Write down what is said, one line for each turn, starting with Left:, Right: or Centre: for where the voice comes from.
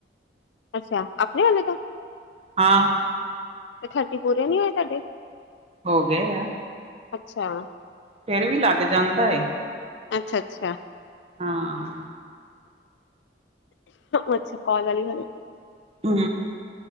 Left: ਅੱਛਾ ਆਪਣੇ ਆੇ ਤੋਂ,
Right: ਹਾਂ
Left: ਤੇ ਥਰਚੇ ਪੂਰੇ ਨੀ ਹੋਏ ਤੁਹਾਡੇ
Right: ਹੋ ਗਏ ਆ
Left: ਅੱਛਾ
Right: ਫਿਰ ਵੀ ਲੱਗ ਜਾਂਦਾ ਏ
Left: ਅੱਛਾ ਅੱਛਾ
Right: ਹਾਂ
Left: ਅੱਛਾ, ਕਾੱਲ ਆਲੀ ਹੈ ਨੀ
Right: ਹੂ,